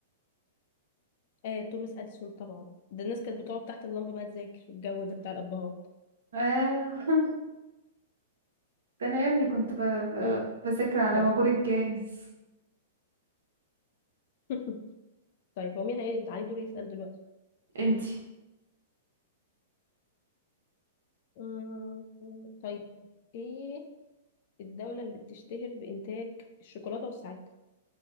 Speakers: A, on the left; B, on the right.
A: آه، توماس اديسون طبعا ده الناس كانت بتقعد تحت اللمبه بقى تذاكر الجو ده بتاع الابهات
B: آه <laughs> ده انا يا ابني كنت ب... ب...
A: امم
B: بذاكر على
A: طيب
B: بابور الجاز
A: <laughs> طيب هو مين هي- عليه دور يسأل دلوقتي
B: انتي
A: أمم، طيب ايه الدولة اللي بتشتهر بإنتاج الشوكولاتة والساعات